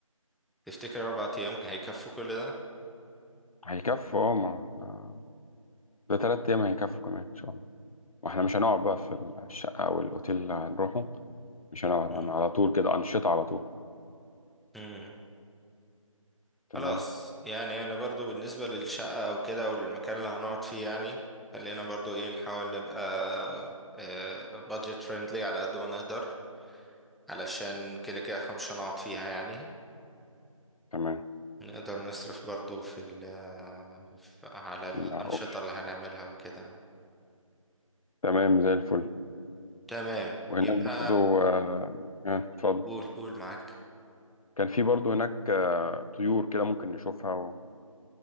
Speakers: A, in the centre; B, on the left.
A: تفتكر أربع أيام هيكفوا كل ده؟
B: هيكفوا اه ما احنا ده تلات أيام هيكفوا كمان إن شاء الله واحنا مش هنقعد بقى في الشقة أو الأوتيل اللي هنروحه مش هنقعد
A: مم.
B: هن- على طول كده أنشطة على طول
A: مم.
B: تمام
A: خلاص يعني أنا برضو بالنسبة للشقة أو كده أو المكان اللي هنقعد فيه يعني خلينا برضو إيه نحاول نبقى بادجت فريندلي على قد ما نقدر علشان كده كده احنا مش هنقعد فيها يعني
B: تمام
A: نقدر نصرف برضو في ال في- على الأنشطة
B: المعقول
A: اللي هنعملها وكده
B: تمام زي الفل
A: تمام
B: وهناك
A: يبقى
B: برضو اه آه، اتفضل
A: قول قول معاك
B: كان في برضه هناك آه، طيور كده ممكن نشوفها و...